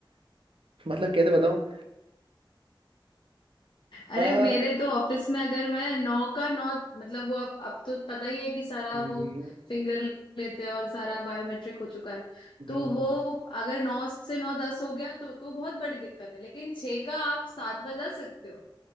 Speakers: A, on the right (about 85°); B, on the left (about 65°).
A: मतलब कैसे बताऊँ आ,
B: अरे मेरे तो ऑफिस में अगर मैं नौ का नौ मतलब वो अब अब तो पता ही है कि सारा
A: हम्म,
B: वो फिंगर लेते हैं और सारा बायोमेट्रिक हो चुका है तो
A: हम्म,
B: वो अगर नौ से नौ दस हो गया तो तो बहुत बड़ी दिक्कत है लेकिन छह का आप सात बजा सकते हो